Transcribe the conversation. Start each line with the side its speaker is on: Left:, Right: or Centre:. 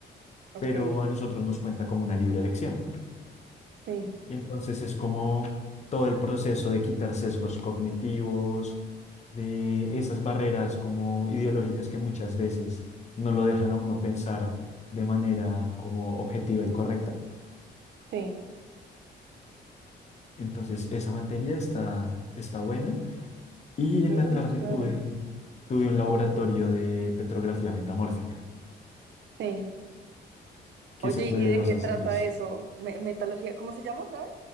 Right: ok.
Left: pero a nosotros nos cuenta como una libre elección.
Right: Sí,
Left: Y entonces es como todo el proceso de quitar sesgos cognitivos, de esas barreras como ideológicas que muchas veces no lo dejan a uno pensar de manera como objetiva y correcta.
Right: sí,
Left: Entonces, esa materia está, está buena. Y
Right: ok,
Left: en la tarde
Right: chévere.
Left: tuve, tuve un laboratorio de petrografía metamórfica,
Right: Sí.
Left: que
Right: Oye,
Left: se fue
Right: ¿y
Left: de
Right: de
Left: 2
Right: qué
Left: a
Right: trata
Left: seis
Right: eso? Me- metalogía, ¿cómo se llama otra vez?